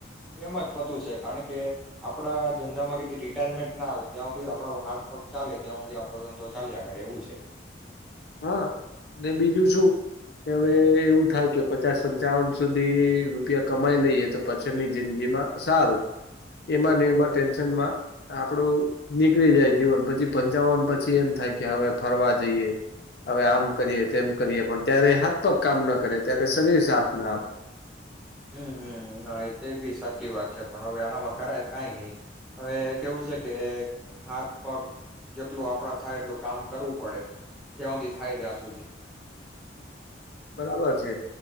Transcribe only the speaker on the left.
હા, અને બીજું શું કે હવે એવું થાય કે પચાસ પંચાવન સુધી રૂપિયા કમાઈ લઈએ તો પછી પાછળની જિંદગીમાં સારું એમાં ને એમાં ટેન્શનમાં આપડું નીકળી જાય જીવન પછી પંચાવન પછી એમ થાય કે હવે ફરવા જઈએ હવે આમ કરીએ તેમ કરીએ પણ ત્યારે હાથપગ કામ ના કરે ત્યારે શરીર સાથ ના આપે
બરાબર છે